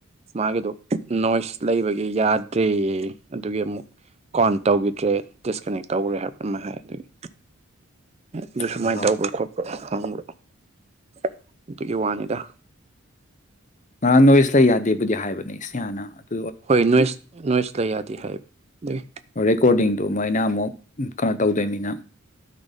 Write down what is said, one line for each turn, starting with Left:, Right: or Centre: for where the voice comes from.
Right: ꯃꯥꯒꯤꯗꯣ ꯅꯣꯏꯁ ꯂꯩꯕꯒꯤ ꯌꯥꯗ꯭ꯔꯦꯌꯦ ꯑꯗꯨꯒꯤ ꯑꯃꯨꯛ ꯀꯥꯎꯟ ꯇꯧꯈꯤꯗ꯭ꯔꯦ ꯗꯤꯁꯀꯅꯦꯛ ꯇꯧꯈ꯭ꯔꯦ ꯍꯥꯏꯕ ꯑꯃ ꯍꯥꯏ ꯑꯗꯨꯒꯤ ꯑꯗꯨ ꯁꯨꯃꯥꯏꯅ
Left: ꯑꯣꯍꯣ
Right: ꯇꯧꯕ꯭ꯔꯥ ꯈꯣꯠꯄ꯭ꯔ ꯊ <inaudible> ꯑꯗꯨꯒꯤ ꯋꯥꯅꯤꯗ
Left: ꯑ ꯅꯣꯏꯁ ꯂꯩ ꯌꯥꯗꯦꯕꯨꯗꯤ ꯍꯥꯏꯕꯅꯦ ꯏꯁ ꯍꯥꯟꯅ <unintelligible>
Right: ꯍꯣꯏ ꯅꯣꯏꯁ ꯂꯩ ꯌꯥꯗꯦ ꯍꯥꯏꯌꯦꯕ ꯑꯗꯨꯏ
Left: ꯔꯦꯀꯣꯔꯗꯤꯡꯗꯨ ꯃꯣꯏꯅ ꯑꯃꯨꯛ ꯀꯩꯅꯣ ꯇꯧꯗꯣꯏꯅꯤꯅ